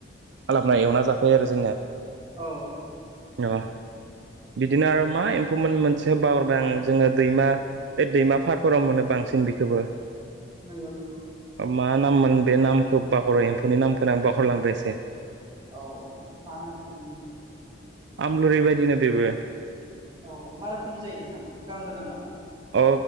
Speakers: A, on the right; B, on the right.
A: लाबना एवना जाफायो आरो जोंनिया
B: औ
A: अ बिदिनो आरो मा? एम्फौमोन मोनसे बावारबाय आं जोंङो दैमा बे दैमा पारफोराव मोनो बांसिन बेखौवबो
B: नंगौ नंगौ
A: मा नाम मोन बे नामखौ बाखरो एम्फौनि नामखौनो आं बाखहरलांबाय एसे?
B: औ मा एम्फौ मोननो थोन
A: आमलुरिबायायदिनो बेबो
B: औ मा रोखोमनि जायो नोंथां गां गोनां नामा?
A: अ